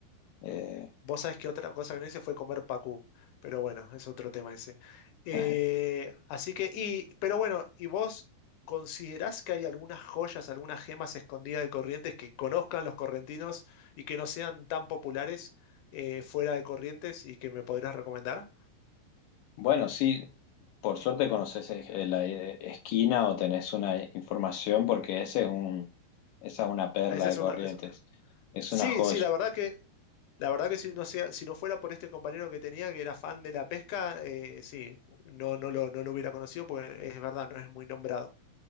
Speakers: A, on the left; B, on the left.
A: eh,
B: Vos sabés que otra cosa que no hice fue comer pacú, pero bueno, es otro tema ese. Eh,
A: <laughs>
B: así que, y, pero bueno, ¿y vos considerás que hay algunas joyas, algunas gemas escondidas de Corrientes que conozcan los correntinos y que no sean tan populares eh, fuera de Corrientes y que me podrías recomendar?
A: bueno, sí, por suerte conoces es- eh, la eh, Esquina o tenés una información, porque ese es un, esa es una perla
B: Ah, Esa
A: de
B: es
A: Corrientes.
B: una. es-
A: Es
B: Sí,
A: una joya.
B: sí, la verdad que, la verdad que si no sea, si no fuera por este compañero que tenía que era fan de la pesca, eh, sí, no, no lo, no lo hubiera conocido porque es verdad, no es muy nombrado.